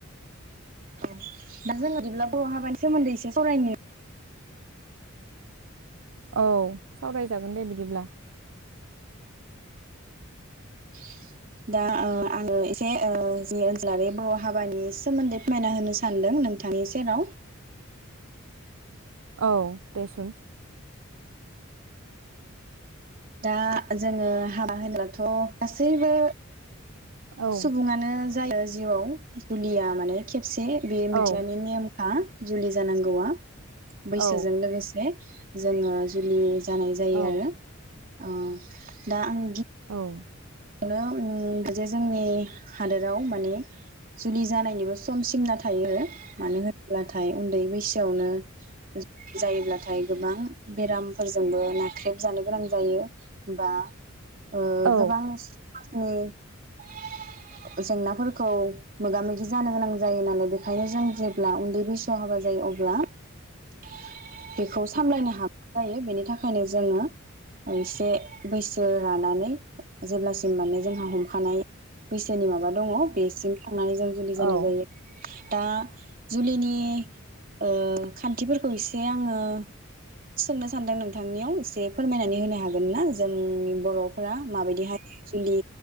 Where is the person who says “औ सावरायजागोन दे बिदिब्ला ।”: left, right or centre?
Right